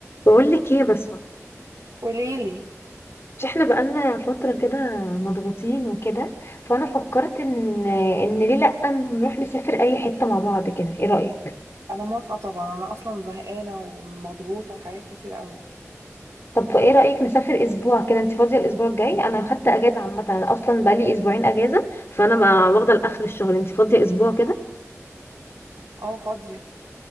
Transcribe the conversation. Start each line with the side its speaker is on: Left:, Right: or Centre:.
Left: بقول لك ايه يا بسمة
Right: قوليلي
Left: مش احنا بقالنا فترة كده مضغوطين وكده فانا فكرت ان ان ليه لأ نروح نسافر اي حتة مع بعض كده ايه رأيك
Right: انا موافقه طبعا انا اصلا زهقانه ومضغوطه وحاجات كتير قوي
Left: طب ايه رأيك نسافر اسبوع كده انت فاضية الاسبوع الجاي انا خدت اجازة عامة انا اصلا بقالي اسبوعين اجازة فانا بقى واخدة لاخر الشهر انت فاضية اسبوع كده
Right: اه فاضيه